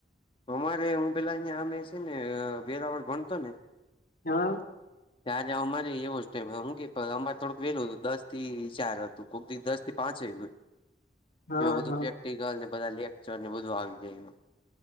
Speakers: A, on the left (about 30°); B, on the left (about 55°).
A: અમારે હું પેલા ન્યા મે સેને વેરાવળ ભણતો ને
B: હા.
A: <inaudible> ત્યા જવામાં જ એવો જ ટાઈમ હતો કે અમારે થોડુંક વહેલું હતુંદસ થી ચાર હતું કોક દી દસ થી પાંચેય હોય.
B: હા
A: એમાં બધું
B: હા
A: પ્રેક્ટિકલ ને બધા લેક્ચર ને બધું આવી જાય એમાં